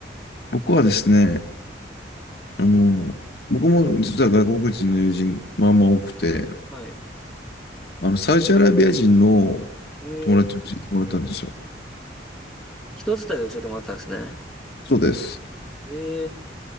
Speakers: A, on the left; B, in the centre.
A: 僕はですね、あの、僕も実は外国人の友人、まあまあ多くて、
B: はい。
A: あの、サウジアラビア人の
B: ええ
A: 友達を教えてもらったんですよ。
B: 人伝いで教えてもらったんですね。
A: そうです。
B: ええ